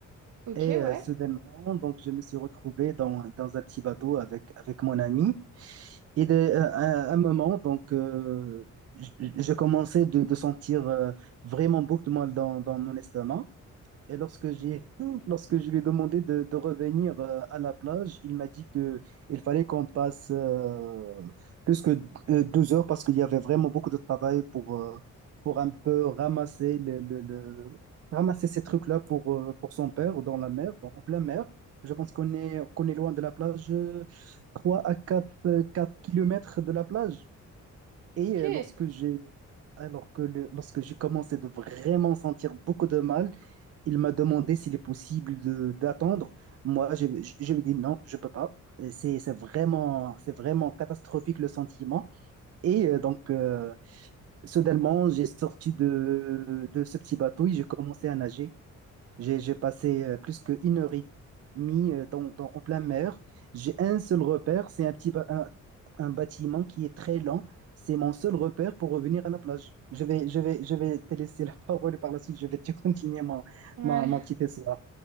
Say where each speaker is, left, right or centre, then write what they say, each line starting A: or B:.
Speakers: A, on the right; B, on the right.
A: ok,
B: Et euh,
A: ouais,
B: soudainement, donc, je me suis retrouvé dans, dans un petit bateau avec, avec mon ami. Et de- euh, à un moment, donc, euh, je, je commençais de, de sentir euh, vraiment beaucoup de mal dans, dans mon estomac. Et lorsque j'ai, <laughs> lorsque je lui ai demandé de, de revenir euh, à la plage, il m'a dit que il fallait qu'on passe euh, plus que euh, 12 heures parce qu'il y avait vraiment beaucoup de travail pour, euh, pour un peu ramasser le, le- le- ramasser ces trucs-là pour, euh, pour son père dans la mer, donc en pleine mer. Je pense qu'on est, qu'on est loin de la plage, euh, 3 à 4 euh, 4 kilomètres de la plage. Et
A: ok,
B: euh, lorsque j'ai Alors que le- lorsque j'ai commencé de vraiment sentir beaucoup de mal, il m'a demandé s'il est possible de d'attendre. Moi, je, je, je lui ai dit non, je peux pas. Euh, C'est c'est vraiment, c'est vraiment catastrophique le sentiment. Et euh, donc, euh, soudainement, j'ai sorti de, de ce petit bateau et j'ai commencé à nager. J'ai j'ai passé euh, plus qu'une heure et demie euh, dans, dans- en plein mer. J'ai un seul repère, c'est un petit ba- un, un bâtiment qui est très lent. C'est mon seul repère pour revenir à la plage. Je vais, je vais, je vais te laisser la <laughs> parole et par la suite, je vais te continuer mon,
A: ouais,
B: mon, mon petit essai.